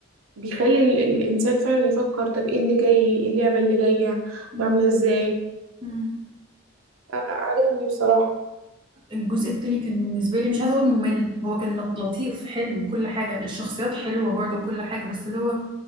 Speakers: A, on the right; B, on the right.
A: بيخلي ال- الإنسان فعلا يفكر طب ايه اللي جاي ايه اللعبة اللي جاية
B: امم
A: طب عاملة ازاي
B: امم
A: آه، عجبني بصراحة
B: الجزء التاني كان بالنسبه لي مش عايزه اقول ممل هو كان لط- لطيف حلو وكل حاجه الشخصيات حلوه برضو وكل حاجه بس اللي هو